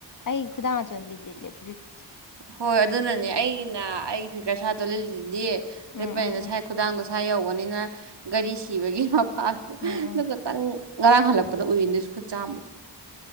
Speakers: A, on the left (about 45°); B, on the right (about 70°).
A: ꯑꯩ ꯈꯨꯗꯥꯡ ꯑꯆꯣꯟꯕꯤ ꯂꯤꯂꯦ ꯐꯔꯤꯠ
B: ꯍꯣꯏ ꯑꯗꯨꯅꯅꯦ ꯑꯩꯅ ꯑꯩꯒꯤ ꯐꯤꯀꯔ ꯁꯥꯠꯇꯣ ꯂꯤꯗꯤ ꯂꯤꯠꯄꯅꯤꯅ
A: ꯎꯝ ꯎꯝ
B: ꯁꯥꯏ
A: ꯎꯝ
B: ꯈꯨꯗꯥꯡꯗ ꯃꯁꯥ ꯌꯧꯕꯅꯤꯅ ꯒꯥꯔꯤ ꯁꯤꯕꯒꯤ ꯃꯄꯥꯗꯣ
A: ꯎꯝ ꯎꯝ
B: ꯑꯗꯨ ꯇꯪ ꯉꯔꯥꯡ ꯍꯜꯂꯛꯄ ꯄꯗ ꯎꯔꯤꯗꯣꯏꯁꯨ ꯈꯨꯠ ꯆꯥꯝꯕꯗ